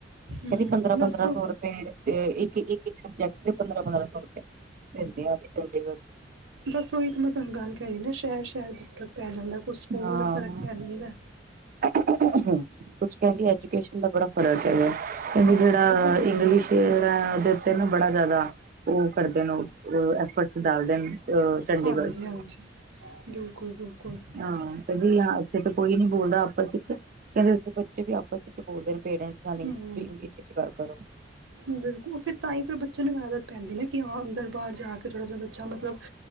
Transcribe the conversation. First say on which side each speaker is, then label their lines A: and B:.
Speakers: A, on the right; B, on the right.
A: ਹੂੰ
B: ਕਹਿੰਦੀ ਪੰਦਰਾਂ
A: ਬਸ
B: ਪੰਦਰਾਂ ਸੌ ਰੁਪਏ ਇਕ ਸਬਜੈਕਟ ਦੇ ਪੰਦਰਾਂ ਪੰਦਰਾਂ ਸੌ ਰੁਪ ਦਿੰਦੇ ਅਸੀ ਚੰਡੀਗੜ੍ਹ ਚ
A: ਬਸ ਉਹੀ ਤਾਂ ਮੈਂ ਤੁਹਾਨੂੰ ਗੱਲ ਕਹਿ ਰਹੀ ਨਾ ਸ਼ਹਿਰ- ਸ਼ਹਿਰ ਤੱਕ ਪੈ ਜਾਂਦਾ ਕੁਛ ਸਕੂਲ
B: ਹਾਂ
A: ਦਾ ਫ਼ਰਕ ਪੈ ਜਾਂਦਾ।
B: ਕੁਛ ਕਹਿੰਦੀ, ਐਜੂਕੇਸ਼ਨ ਦਾ ਬੜਾ ਫਰਕ ਹੈਗਾ ਕਹਿੰਦੀ
A: ਹਾਂ ਉਹ
B: ਜਿਹੜਾ
A: ਤਾਂ ਹੁੰਦਾ
B: ਇੰਗਲਿਸ਼
A: ਹੈ ਬਿਲਕੁਲ
B: ਦੇ ਤੇ ਨਾ ਬੜਾ ਜ਼ਿਆਦਾ ਉਹ ਕਰਦੇ ਨੇ, ਐਫਰਟਸ ਡਾਲਦੇ ਅ ਚੰਡੀਗੜ੍ਹ
A: ਹਾਂਜੀ
B: ਚ
A: ਹਾਂਜੀ ਬਿਲਕੁਲ- ਬਿਲਕੁਲ
B: ਹਾਂ ਕਹਿੰਦੀ ਹਾਂ ਇੱਥੇ ਤਾਂ ਕੋਈ ਨੀ ਬੋਲਦਾ ਆਪਸ ਵਿੱਚ ਕਹਿੰਦੇ ਉਥੇ ਬੱਚੇ ਵੀ ਬੋਲਦੇ ਪੇਰੈਂਟਸ ਨਾਲ ਇੰਗਲਿਸ਼
A: ਹੂੰ
B: ਵਿੱਚ ਗੱਲ ਕਰੋ
A: ਬਿਲਕੁਲ ਫਿਰ ਤਾਂ ਹੀ ਫਿਰ ਬੱਚੇ ਨੂੰ ਆਦਤ ਪੈਂਦੀ ਨਾ ਕਿ ਹਾਂ ਅੰਦਰ ਬਾਹਰ ਜਾ ਕੇ ਥੋੜ੍ਹਾ ਜਿਹਾ ਬੱਚਾ ਮਤਲਬ